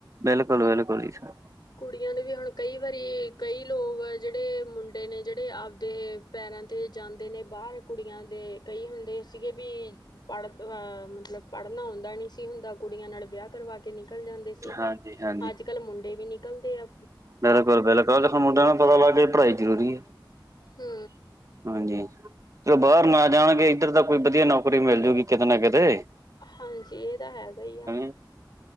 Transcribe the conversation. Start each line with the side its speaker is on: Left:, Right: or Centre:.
Right: ਬਿਲਕੁਲ-ਬਿਲਕੁਲ ਜੀ ਸਰ
Left: ਕੁੜੀਆਂ ਨੂੰ ਹੁਣ ਕਈ ਵਾਰੀ ਕਈ ਲੋਗ ਆ ਜਿਹੜੇ ਮੁੰਡੇ ਨੇ ਜਿਹੜੇ ਆਪ ਦੇ ਪੈਰਾਂ 'ਤੇ ਜਾਂਦੇ ਨੇ ਬਾਹਰ ਕੁੜੀਆਂ ਦੇ ਕਈ ਹੁੰਦੇ ਸੀਗੇ ਵੀ ਪੜ੍ਹਨ ਮਤਲਬ ਪੜ੍ਹਨਾ ਆਉਂਦਾ ਨਹੀਂ ਸੀ ਹੁੰਦਾ ਕੁੜੀਆਂ ਨਾਲ ਵਿਆਹ ਕਰਵਾ ਕੇ ਨਿਕਲ ਜਾਂਦੇ ਸੀ,
Right: ਹਾਂਜੀ-ਹਾਂਜੀ,
Left: ਅਜ ਕਲ ਮੁੰਡੇ ਵੀ ਨ ਨਿਕਲਦੇ ਆ
Right: ਬਿਲਕੁਲ-ਬਿਲਕੁਲ ਮੁੰਡੇਆਂ ਨੂੰ ਪਤਾ ਲੱਗ ਗਿਆ ਪੜ੍ਹਾਈ ਜ਼ਰੂਰੀ ਐ
Left: ਹੂੰ
Right: ਹਾਂਜੀ ਚਲੋ ਬਾਹਰ ਨਾ ਜਾਣਗੇ ਇੱਧਰ ਦਾ ਕੋਈ ਵਧੀਆ ਨੌਕਰੀ ਮਿਲ ਜਾਉਗੀ ਕਿਤੇ ਨਾ ਕਿਤੇ
Left: ਹਾਂਜੀ, ਇਹ ਤਾਂ ਹੈਗਾ ਹੀ ਏ
Right: ਹਨਾ।